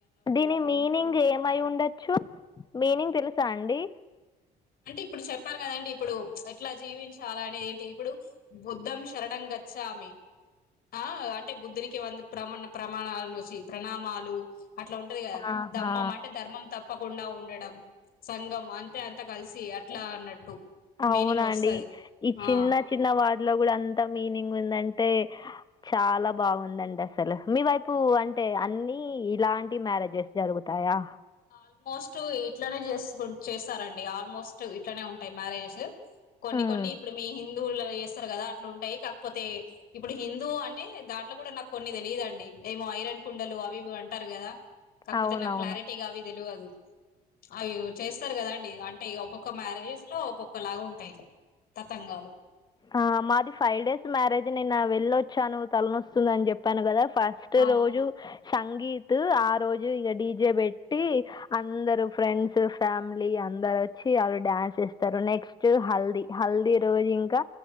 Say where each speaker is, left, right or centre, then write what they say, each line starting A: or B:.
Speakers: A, on the left (about 25°); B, on the left (about 60°).
A: దీని మీనింగ్ ఏమయి ఉండొచ్చు మీనింగ్ తెలుసా అండి
B: అంటే ఇప్పుడు చెప్పారు కదండి ఇప్పుడు ఎట్లా జీవించాల అనేది ఏంటి ఇప్పుడు బుద్ధం శరంగా పచ్చామి ఆ అంటే బుద్ధునికి వంది ప్రమాణ ప్రమాణాల నుంచి ప్రణామాలు అట్లా ఉంటది కదా
A: ఆహా
B: ధమ్మం అంటే ధర్మం తప్పకుండా ఉండడం సంఘం అంతే అంతా కలిసి అట్లా అన్నట్టు
A: అవునాండి
B: మీనింగ్ వస్తది
A: ఈ చిన్న
B: ఆ
A: చిన్న వాలో కూడా అంత మీనింగ్ ఉందంటే చాలా బాగుందండి అసలు మీ వైపు అంటే అని ఇలాంటి మ్యారేజెస్ జరుగుతాయా
B: ఆల్మోస్ట్ ఇట్లనే చే చేస్తారంండి ఆల్మోస్ట్ ఇట్లనే ఉంటాయి మ్యారేజెస్ కొన్ని
A: హ్మ్
B: కొన్ని ఇప్పుడు మీ హిందువుల చేస్తారు కదా అట్లు ఉంటాయి కాకపోతే ఇప్పుడు హిందూ అంటే దాంట్లో కూడా నాకు కొన్ని తెలియదుండి ఏమో హఐరన్ కుండలు అవి అంటారు కదా కాకపోతే
A: అవునవును
B: నాకు క్లారిటీ తెలవాడు అయో చేస్తారు కదాండి అంటే ఒక్కొక్క మ్యారేజెస్ లో ఒక్కొక్క లాగా ఉంటాయి తతంగాలు
A: ఆ మాది ఫైవ్ డేస్ మ్యారేజ్ నిన్న వెళ్ళొచ్చు చాను తలనొస్తుంద అని చెప్పాను కదా ఫస్ట్
B: అవును
A: రోజు సంగీత్ ఆ రోజు ఇక డీజే పెట్టి అందరు ఫ్రెండ్స్ ఫ్యామిలీ అందరు వచ్చి వాళ్ళు డ్యాన్స్ ఇస్తారు నెక్స్ట్ హల్దీ హల్దీ రోజు ఇంకా